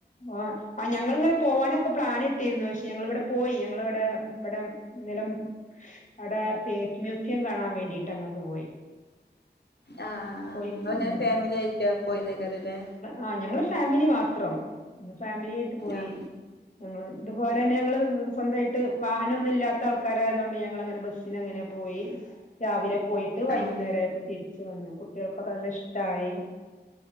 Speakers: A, on the left; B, on the left.
A: ഓ ആ ഞങ്ങള്ങ്ങനെ പോവാനൊക്കെ പ്ലാന്ട്ടിര്ന്നു പഷേ ഞങ്ങള്വ്ടെ പോയി ഞങ്ങള്വ്ടെ വ്ടെ. നിലം അടെ തേക്ക് മ്യൂസിയം കാണാവേണ്ടിട്ട് അങ്ങോട്ട് പോയി.
B: ആഹ് ആഹ് ആഹ്
A: പോയി
B: ങ്ങളെങ്ങനെ
A: ഉം
B: ഫാമില്യായ്റ്റോ പോയതേക്കാരലേ.
A: ആഹ് ഞങ്ങള് ഫാമിലി മാത്രം ഫാമിലി ആയിട്ട് പോയി.
B: ആഹ്
A: ഞങ്ങള് ഇതുപോലെന്നെ ഞങ്ങള് സ്വന്തയ്ട്ട് വാഹനൊന്നുല്ലാത്ത ആൾക്കാരായതോണ്ട് ഞങ്ങളങ്ങനെ ബസ്സ്‌നങ്ങനെ പോയി രാവിലെ പോയിട്ട് വൈകുന്നേരായപ്പൊ
B: ആഹ്
A: തിരിച്ചു വന്നു കു ട്ട്യോക്കൊക്ക നല്ല ഇഷ്ടായി.